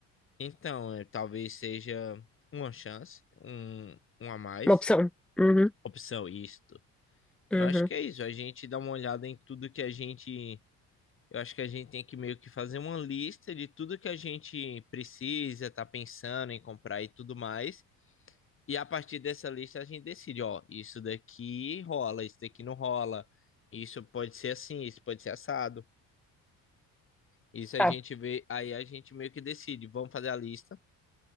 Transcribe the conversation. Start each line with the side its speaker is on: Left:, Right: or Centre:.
Left: Então, é, talvez seja uma chance, um, um a mais.
Centre: Uma opção. Uhum,
Left: Opção, isto.
Centre: uhum.
Left: Eu acho que é isso. A gente dá uma olhada em tudo que a gente. Eu acho que a gente tem que meio que fazer uma lista de tudo que a gente precisa, tá pensando em comprar e tudo mais. E a partir dessa lista a gente decide, ó, isso daqui rola, isso daqui não rola, isso pode ser assim, isso pode ser assado. Isso a
Centre: Tá.
Left: gente vê, aí a gente meio que decide, vamos fazer a lista,